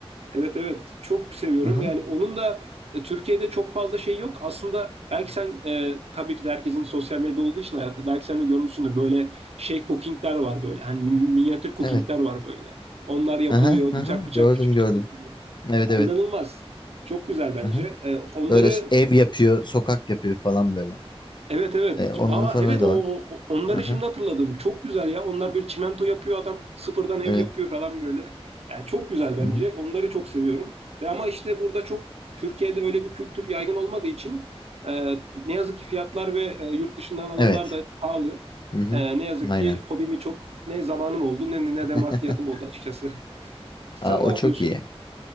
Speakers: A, on the right (about 75°); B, on the left (about 45°).
A: Evet evet çok seviyorum.
B: Hı hı,
A: Yani onun da e, Türkiye'de çok fazla şey yok. Aslında belki sen e, tabii ki de herkesin sosyal medya olduğu için hayatta belki sen de görmüşsündür böyle şey cookingler var böyle. Hani min- minyatür cookingler
B: evet
A: var böyle. Onlar yapılıyor
B: Hı hı, hı
A: bıçak
B: hı. gördüm
A: bıçak küçük küçük
B: gördüm
A: kesiliyor.
B: evet
A: Ya,
B: evet
A: inanılmaz. Çok güzel bence.
B: Hı hı.
A: E, onları
B: böyle s- ev yapıyor sokak yapıyor falan böyle
A: Evet evet.
B: E, onların
A: Aa
B: falan
A: evet
B: da
A: o,
B: var
A: o- onları
B: Hı hı,
A: şimdi hatırladım. Çok güzel ya. Onlar böyle çimento yapıyor adam sıfırdan ev
B: evet
A: yapıyor falan böyle. Yani çok güzel bence.
B: Hı hı,
A: Onları çok seviyorum. Ve ama işte burada çok Türkiye'de öyle bir kültür yaygın olmadığı için e, ne yazık ki fiyatlar ve e, yurt dışından alımlar
B: evet
A: da pahalı.
B: Hı hı,
A: E, ne yazık
B: aynen
A: ki hobimi çok ne zamanım oldu ne ne
B: <laughs>
A: de maddiyatım oldu açıkçası. <laughs> Sen
B: Aa, o
A: ne yapıyorsun?
B: çok iyi